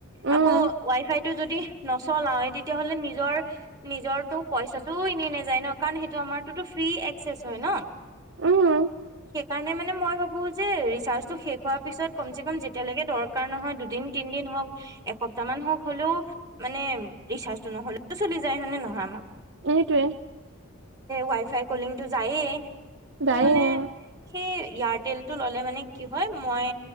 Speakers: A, on the right (about 55°); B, on the right (about 15°).
A: উম
B: আকৌ ৱাই ফাইটো যদি নচলায়েই, তেতিয়াহলে নিজৰ নিজৰটো পইচাটো এনে নাযায় ন', কাৰণ সেইটো আমাৰতোতো ফ্ৰী একচেচ হয় ন'।
A: উম
B: সেইকাৰণে মানে মই ভাবোঁ যে, ৰিচাৰ্চটো শেষ হোৱাৰ পিছত। কমচে কম যেতিয়ালৈকে দৰকাৰ নহয় দুদিন তিনদিন হওঁক এসপ্তাহ মান হওঁক হ'লেও মানে ৰিচাৰ্জটো নহ'লেও চলি যায় হয় নে নহয় আমাক।
A: এইটোৱে
B: ৱাই ফাই কলিংটো যায়েই ত'
A: যায়ে
B: মানে
A: অ
B: সেই ইয়াৰতেলটো ল'লে মানে কি হয় মই